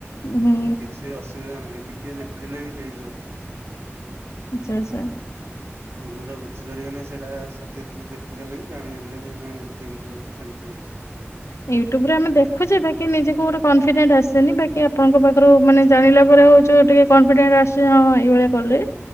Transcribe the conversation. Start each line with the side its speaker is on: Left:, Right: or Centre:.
Left: ହୁଁ
Right: କିଛି ଅସୁବିଧା ନାହିଁ। ଟିକେ ଦେଖିଦେଲେ ବି ହେଇଯିବ।
Left: ଆଛା ଆଛା।
Right: ଯୋଉଟା ବୁଝିପାରିବେନି! ସେଇଟା ସତ୍ୟ ଦିଦି ଦେଖିଦେଲେ ବି ଜାଣି ହେଇଯିବ। ଯେ ନାଇଁ ଏମିତି ଏମିତି ହଉଛି, ସେମିତି ହଉଛି।
Left: ୟୁଟ୍ୟୁବରେ ଆମେ ଦେଖୁଛେ। ବାକି ନିଜକୁ ଗୋଟେ କନଫିଡେଣ୍ଟ ଆସେନି। ବାକି ଆପଣଙ୍କ ପାଖରୁ ମାନେ ଜଣିଲା ପରେ, ହଉଛୁ ଟିକେ କନଫିଡେଣ୍ଟ ଆସଛି ହଁ ଏଇଭଳିଆ କଲେ